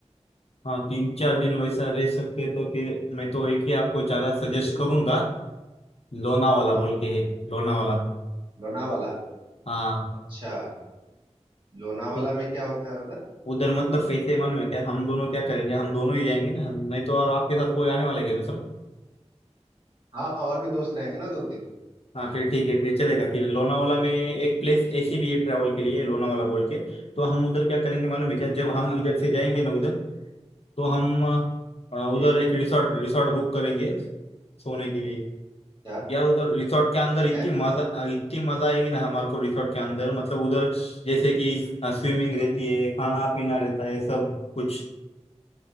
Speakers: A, on the left; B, on the right.
A: हाँ तीन चार दिन वैसा रह सकते हैं तो फिर मैं तो एक ही आपको जगह सजेस्ट करूंगा लोनावाला
B: हम्म
A: बोल के है लोनावाला
B: लोनावाला
A: हाँ
B: अच्छा लोनावाला
A: उ-
B: में क्या होता है उधर
A: उधर मतलब पैसे मालूम है क्या हम दोनों क्या करेंगे हम दोनों ही जाएंगे ना नहीं तो और आपके साथ कोई आने वाला है क्या दूसरा
B: हाँ और भी दोस्त रहेंगे ना दो तीन
A: हाँ फिर ठीक है फिर चलेगा फिर लोनावाला में एक प्लेस ऐसी भी है ट्रैवल के लिए लोनावाला बोल के तो हम उधर क्या करेंगे मालूम
B: हम्म
A: है क्या जब हम इधर से जाएंगे ना उधर तो हम अ, उधर
B: ठीक
A: एक रिसोर्ट रिसोर्ट बुक करेंगे सोने के लिए
B: अच्छा
A: यार उधर रिसोर्ट के अंदर
B: ठीक
A: इतनी
B: है
A: मजा इतनी मजा आएगी ना हमारे को रिसोर्ट के अंदर मतलब उधर जैसे कि स्विमिंग रहती है खाना पीना रहता है सब कुछ